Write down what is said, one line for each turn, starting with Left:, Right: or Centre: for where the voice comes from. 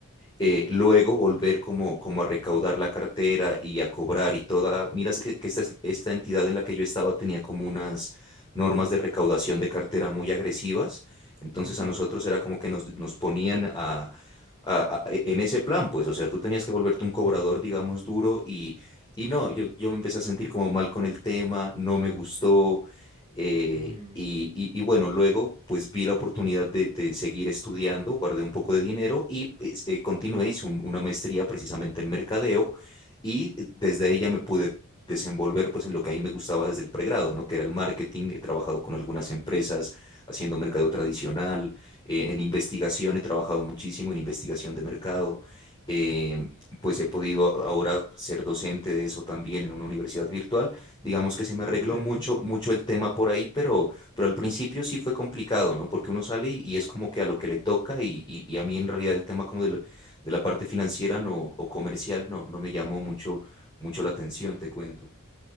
Left: eh, luego volver como, como a recaudar la cartera y a cobrar y toda, miras que, que esta, es- esta entidad en la que yo estaba tenía como unas normas de recaudación de cartera muy agresivas, entonces
Right: Ujú.
Left: a nosotros era como que nos, nos ponían a, a- a- e, en ese plan, pues, o sea, tú tenías que volverte un cobrador, digamos, duro y, y no, yo, yo me empecé a sentir como mal con el tema, no me gustó. eh,
Right: Mm,
Left: y, y- y bueno, luego pues vi la oportunidad de, de seguir estudiando, guardé un poco de dinero y pues, eh, continué, hice un- una maestría precisamente en mercadeo y desde ella me pude desenvolver pues en lo que a mí me gustaba desde el pregrado, ¿no? Que era el marketing, he trabajado con algunas empresas haciendo mercadeo tradicional eh, en investigación he trabajado muchísimo en investigación de mercado. eh, pues he podido ahora ser docente de eso también en una universidad virtual. Digamos que se me arregló
Right: súper,
Left: mucho,
Right: bien.
Left: mucho el tema por ahí, pero, pero al principio sí fue complicado, ¿no? Porque uno sale y, y es como que a lo que le toca y, y- y a mí en realidad el tema como de la, de la parte financiera no, o comercial no, no me llamó mucho, mucho la atención, te cuento.